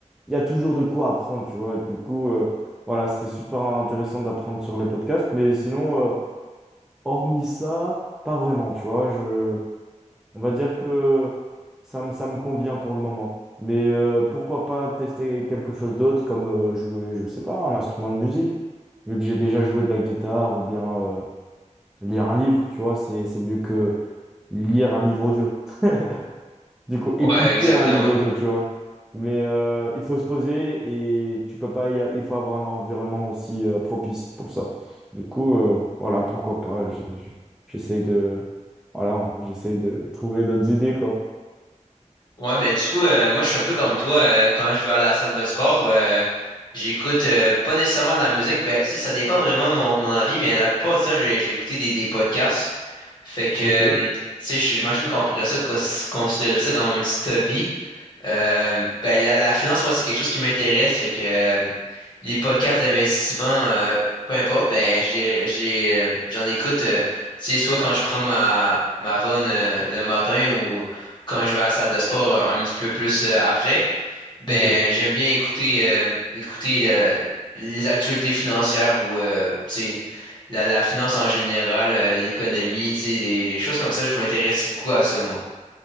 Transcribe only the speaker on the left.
Ouais,
exactement.
Ouais, mais du coup, euh, moi, je suis un peu comme toi. euh, quand je vais à la salle de sport, euh, j'écoute euh, pas nécessairement de la musique. Ben, tu sais, ça dépend vraiment de mon, mon envie, mais la plupart de ça, j'ai j'ai écouté des, des podcasts. Fait que,
euh, tu sais, je- j'imagine qu'on pourrait ça cons- considérer ça comme un petit hobby. Euh, ben, la, la finance, moi, c'est quelque chose qui m'intéresse. Fait que euh, les podcasts d'investissement, euh, peu importe, ben, je les, je les, euh, j'en écoute, euh, tu sais, soit quand je prends ma, ma run euh, le matin ou quand je vais à la salle de sport euh, un petit peu plus euh, après. Ben,
j'aime bien écouter, euh, écouter euh, les actualités financières ou, euh, tu sais, la, la finance en général, euh, l'économie, tu sais, des choses comme ça. Je m'intéresse beaucoup à ça, moi.